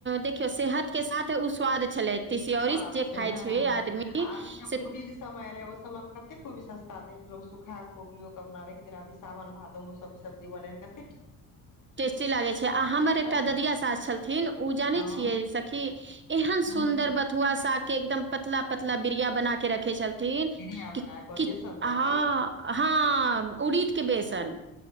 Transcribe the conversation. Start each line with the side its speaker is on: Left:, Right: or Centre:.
Right: देखियौ सेहत के साथ उ स्वाद छलै तिसियौरी
Left: स्वाद
Right: जे
Left: से
Right: खाइ
Left: हँ
Right: छै आदमी
Left: अभी जो
Right: से
Left: कोबी के समा समय रहै ओहि समय मे कते कोबी सस्ता दै सुखा कोबियो क अपना राख दे रहै अभि सावन भादो म उ सब सबजी बनै रहै
Right: टेस्टी लागैत छै आ हमर एकटा
Left: है
Right: ददिया सास छलथिन उ जानै
Left: हँ
Right: छियै सखी एहन
Left: हँ
Right: सुंन्दर बथुआ शाग के एकदम पतला पतला बिरिया बना के रख रखै छलखिन
Left: बिरिया बना
Right: कि
Left: कऽ
Right: कि
Left: बेसन दऽ
Right: ह
Left: कऽ
Right: हँ उड़ीद के बेसन